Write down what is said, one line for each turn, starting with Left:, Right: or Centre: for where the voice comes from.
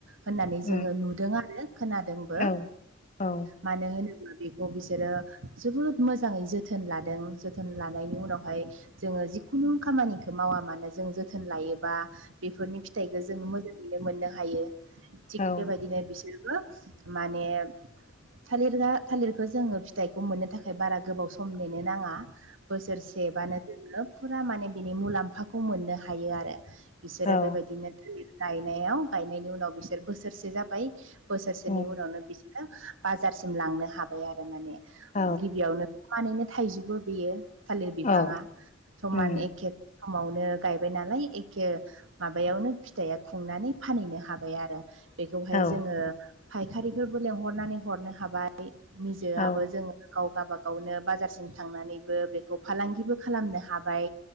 Right: होननानै जोङो
Left: उम
Right: नुदों आरो खोनादोंबो।
Left: औ औ
Right: मानो होनोब्ला बेखौ बिसोरो जोबोद मोजाङै जोथोन लादों। जोथोन लानायनि उनावहाय जोङो जिखुनु खामानिखौ मावा मानो जों जोथोन लायोबा बेफोरनि फिथाइखो जोङो मोजाङैनो मोननो हायो। थिग
Left: औ
Right: बेबायदिनो बिसोरबो माने थालिरा थालिरखो जोङो फिथाइखौ मोननो थाखाय बारा गोबाव सम नेनो नाङा। बोसोरसेबानो जोङो फुरा माने बिनि मुलाम्फाखौ मोननो हायो आरो बिसोरो
Left: औ
Right: बेबायदिनो थालिर गायनायाव गायनायनि उनाव बिसोर बोसोरसे जाबाय। बोसोरसेनि
Left: उम
Right: उनावनो बिसोरो बाजारसिम लांनो हाबाय आरो माने
Left: औ
Right: गिबियावनो समानैनो थाइजुबो बेयो थालिर बिफाङा
Left: औ
Right: समान
Left: उम
Right: एखे समावनो गायबाय नालाय एखे माबायावनो फिथाया खुंनानै फानहैनो हाबाय आरो बेखौहाय
Left: औ
Right: जोङो फायखारिफोरबो लेंहरनानै हरनो हाबाय निजोआबो
Left: औ
Right: जोङो गाव गाबागावनो बाजारसिम थांनानैबो बेखौ फालांगिबो खालामनो हाबाय।